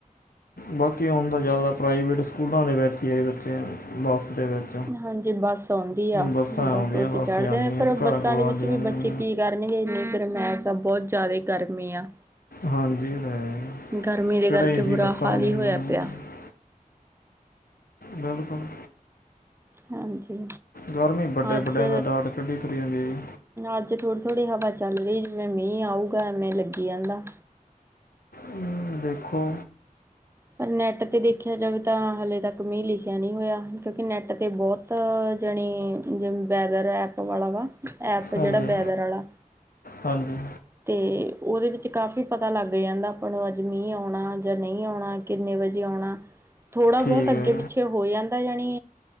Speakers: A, on the left; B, on the right.
A: ਬਾਕੀ ਹੁਨ ਤਾਂ ਜਾਦਾ ਪ੍ਰਾਈਵੇਟ ਸਕੂਲਾਂ ਦੇ ਵਿੱਚ ਈ ਐ ਬੱਚੇ, ਬੱਸ ਦੇ ਵਿੱਚ।
B: ਹਾਂਜੀ ਬੱਸ ਔਂਦੀ ਆ
A: ਬੱਸਾਂ
B: ਬੱਸ
A: ਆਉਂਦੀਆਂ
B: ਵਿੱਚ ਚੜਦੇ
A: ਜਾਂਦੀਆਂ
B: ਪਰ
A: ਨੇ ਘਰਾਂ
B: ਬੱਸਾਂ
A: ਕੋਲ
B: ਦੇ
A: ਆਉਂਦੀਆਂ
B: ਵਿੱਚ ਵੀ ਬੱ
A: ਨੇ
B: ਚੇ, ਕੀ ਕਰਨਗੇ <unintelligible> ਬੋਤ ਜਾਦਾ ਈ ਗਰਮੀ ਆ।
A: ਹਾਂਜੀ ਇਹ ਤਾਂ ਹੈ ਜੀ।
B: ਗਰਮੀ ਦੇ
A: ਕਿਹੜਾ
B: ਕਰਕੇ
A: ਏਸੀ
B: ਬੁਰਾ
A: ਬੱਸਾਂ
B: ਹਾਲ
A: ਆਉਂਦੀਆਂ
B: ਈ ਹੋਏਆ
A: ਨੇ
B: ਪੇਆ।
A: ਬਿਲਕੁਲ।
B: ਹਾਂਜੀ।
A: ਗਰਮੀ ਵੱਡੇ-
B: ਅੱਜ
A: ਵੱਡੇਆਂ ਦਾ ਡਾਟ ਕੱਢੀ ਚਲੀ ਜਾਂਦੀ ਐ ਜੀ।
B: ਅੱਜ ਥੋੜੀ- ਥੋੜੀ ਹਵਾ ਚੱਲ ਰਈ ਜਿਵੇਂ ਮੀਂ ਆਊਗਾ ਐਂਵੇ ਲੱਗੀ ਜਾਂਦਾ।
A: ਹਮ, ਦੇਖੋ।
B: ਪਰ ਨੈੱਟ ਤੇ ਦੇਖੇਆ ਜਾਵੇ ਤਾਂ, ਹਲੇ ਤੱਕ ਮੀਂ ਲਿਖੇਆ ਨੀਂ ਹੋਏਆ, ਕਿਉਂਕਿ ਨੈੱਟ ਤੇ ਬੌਤ ਤਾਂ, ਜਨੀ ਜ ਵੈਦਰ ਐਪ ਵਾਲਾ ਵਾ। ਐਪ, ਜੇੜਾ
A: ਹਾਂਜੀ
B: ਬੈਦਰ ਆਲਾ।
A: ਹਾਂਜੀ
B: ਤੇ ਓਦੇ ਵਿੱਚ ਕਾਫੀ ਪਤਾ ਲੱਗ ਜਾਂਦਾ ਆਪਾਂ ਨੂੰ, ਅੱਜ ਮੀਂ ਆਉਣਾ ਜਾਂ ਨਈਂ ਆਉਣਾ। ਕਿੰਨੇ ਵਜੇ ਔਣਾ ਥੋੜਾ
A: ਠੀਕ
B: ਬੋਤ ਅੱਗੇ
A: ਹੈ
B: -ਪਿੱਛੇ ਹੋ ਜਾਂਦਾ ਯਾਨੀ